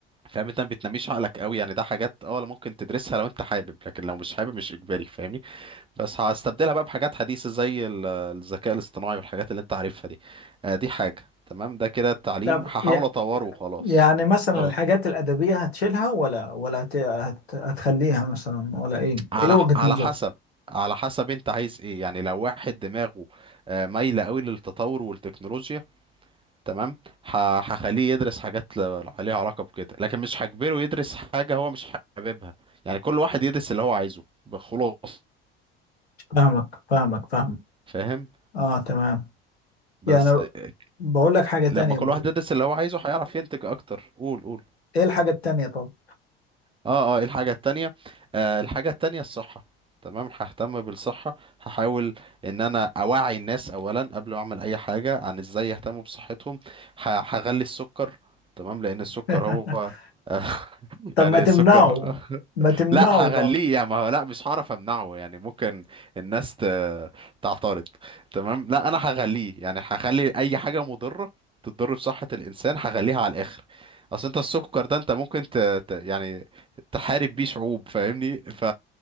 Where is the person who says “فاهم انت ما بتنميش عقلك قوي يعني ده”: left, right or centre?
Right